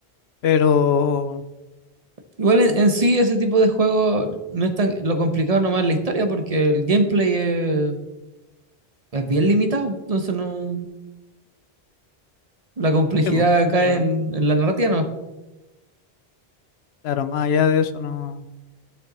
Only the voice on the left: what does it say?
pero
sí, po,
la verdad.
Claro, más allá de eso no,